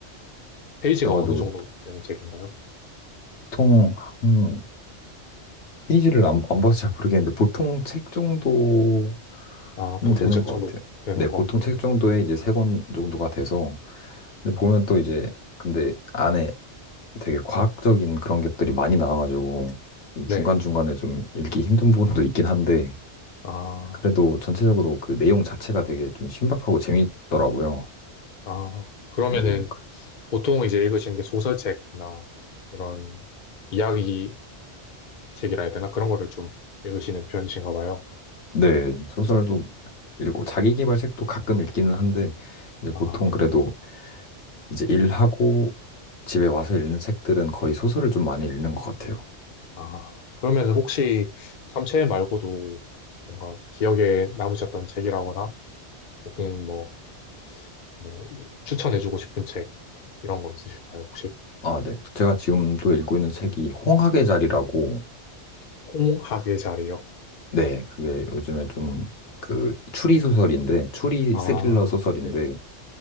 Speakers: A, on the left; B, on the left.
A: 페이지가
B: 그래가지고
A: 어느 정도 되는 책인가요?
B: 보통 한 페이지를 안, 안 봐서 잘 모르겠는데 보통 책 정도는
A: 아, 보통
B: 되는
A: 책
B: 것
A: 정도
B: 같아요.
A: 되는
B: 네,
A: 것
B: 보통
A: 같군요.
B: 책 정도에 이제 세 권 정도가 돼서 근데 보면 또 이제 근데 안에 되게 과학적인 그런 것들이 많이 나와가지고 좀
A: 네.
B: 중간중간에 좀 읽기 힘든 부분도 있긴 한데
A: 아.
B: 그래도 전체적으로 그 내용 자체가 되게 좀 신박하고 재밌더라고요.
A: 아, 그러면은
B: 네,
A: 보통 이제 읽으시는 게 소설책이나 이런 이야기 책이라 해야 되나? 그런 거를 좀 읽으시는 편이신가 봐요.
B: 네, 소설도 읽고 자기계발 책도 가끔 읽기는 한데 이제 보통
A: 아,
B: 그래도 이제 일하고 집에 와서 읽는 책들은 거의 소설을 좀 많이 읽는 것 같아요.
A: 아. 그러면은 혹시 삼체 말고도 뭔가 기억에 남으셨던 책이라거나 혹은 뭐, 뭐 이- 추천해주고 싶은 책 이런 거 있으실까요? 혹시
B: 아, 네. 제가 지금 또 읽고 있는 책이 홍학의 자리라고
A: 콩학의 자리요?
B: 네, 그게 요즘에 좀 그 추리 소설인데 추리
A: 아,
B: 스릴러 소설인데
A: 네네.